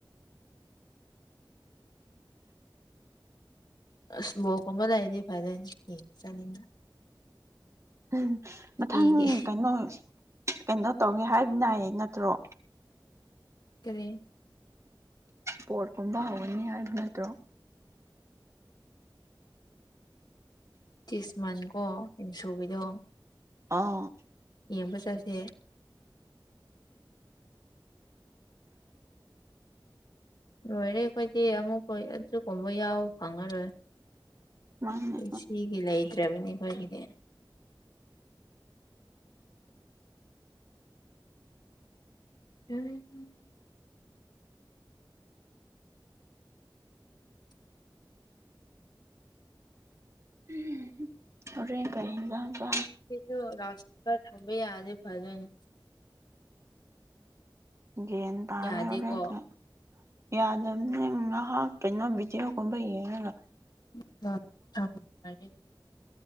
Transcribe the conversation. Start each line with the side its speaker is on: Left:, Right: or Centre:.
Left: ꯑꯁ ꯃꯣꯔꯣꯛ ꯀꯨꯝꯕ ꯂꯩꯔꯗꯤ ꯐꯥꯔꯦ ꯆꯥꯅꯤꯡꯉꯦ
Right: ꯎꯝ ꯃꯊꯪ
Left: ꯐ꯭ꯔꯤꯒꯤ
Right: ꯀꯩꯅꯣ ꯀꯩꯅꯣ ꯇꯧꯒꯦ ꯍꯥꯏꯕ ꯅꯥꯏꯌꯦ ꯅꯠꯇ꯭ꯔꯣ
Left: ꯀꯔꯤ
Right: ꯄꯣꯠꯀꯨꯝꯕ ꯍꯧꯒꯅꯤ ꯍꯥꯏꯕ ꯅꯠꯇ꯭ꯔꯣ
Left: ꯇꯤꯁ ꯃꯟꯀꯣ ꯌꯨꯝ ꯁꯨꯕꯤꯗꯣ
Right: ꯑꯥ
Left: ꯌꯦꯡꯕ ꯆꯥꯠꯁꯦ ꯂꯣꯏꯔꯦ ꯑꯩꯈꯣꯏꯗꯤ ꯑꯃꯨꯛꯈꯣꯏ ꯑꯗꯨꯒꯨꯝꯕ ꯌꯥꯎ ꯐꯪꯉꯔꯣꯏ
Right: ꯃꯥꯅꯦ
Left: ꯄꯨꯟꯁꯤꯒꯤ ꯂꯩꯇ꯭ꯔꯕꯅꯤ ꯑꯩꯈꯣꯏꯒꯤꯗꯤ <unintelligible>
Right: ꯎꯝ ꯍꯣꯔꯦꯟ ꯀꯩ ꯏꯟꯖꯥꯡ ꯆꯥ
Left: ꯁꯤꯁꯨ ꯔꯥꯎ ꯁ꯭ꯄꯤꯛꯀꯔ ꯊꯝꯕ ꯌꯥꯔꯗꯤ ꯐꯗꯧꯅꯤ
Right: ꯎꯝ ꯒ꯭ꯌꯥꯟ ꯇꯥꯅꯤ
Left: ꯌꯥꯗꯦꯀꯣ
Right: ꯍꯣꯔꯦꯟꯀꯥ ꯌꯥꯗꯕꯅꯦ ꯉꯥꯏꯍꯥꯛ ꯀꯩꯅꯣ ꯚꯤꯗꯤꯑꯣꯒꯨꯝꯕ ꯌꯦꯡꯉꯥꯒꯥ
Left: <unintelligible>